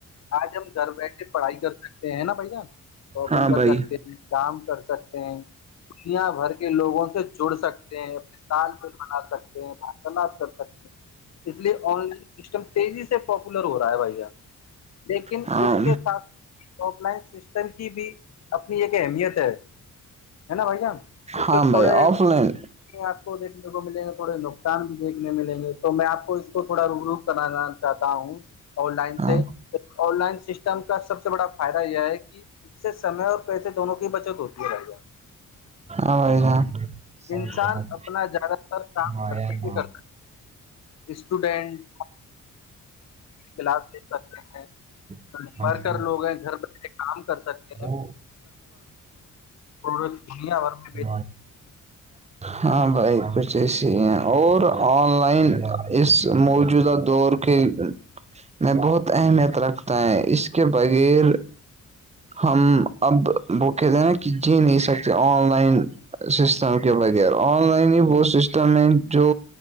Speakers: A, on the left; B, on the right.
A: آج ہم گھر بیٹھے پڑھائی کر سکتے ہیں نا بھیا شاپنگ
B: ہاں
A: کر
B: بھائی
A: سکتے ہیں کام کر سکتے ہیں دنیا بھر کے لوگوں سے جڑ سکتے ہیں اپنے تال پل بنا سکتے ہیں بلاات کر سکتے ہیں اس لیے آن لائن سسٹم تیزی سے پاپولر ہو رہا ہے بھیا لیکن
B: ہاں
A: اس کے ساتھ ساتھ آف لائن سسٹم کی بھی اپنی ایک اہمیت ہے ہے نا بھیا اس
B: ہاں
A: کے تھوڑے
B: بھائی آف لائن
A: آپ کو دیکنے کو ملیں گے تھوڑے نقصان بھی دیکھنے ملیں گے تو میں آپ کو اس کو تھوڑا روب روخ کرا گ چاہتا ہوں آن لائن
B: ہاں
A: سے تو آن لائن سسٹم کا سب سے بڑا فائدہ یہ ہے کہ اس سے سمے اور پیسے دونوں کی بچت ہوتی ہے بھائییا
B: آئی جا
A: بھائی؟
B: سطنت
A: انسان اپنا زیادہ تر کام
B: ما ن
A: کر اسٹوڈینٹ کلاس لے سکتے ہیں
B: شور
A: ورکر لوگ ہیں گھر بیٹھے کام کر سکتے ہیں
B: وہ
A: ف
B: ن ہاں بھائی کچھ ایسے ہی ہیں اور آن لائن اس موجودہ دور کے میں بہت اہمیت رکھتا ہے اس کے بغیر ہم اب وہ کہتے نا کہ جی نہیں سکتے آن لائن سسٹم کے بغیر آن لائن ہی وہ سسٹم ہے جو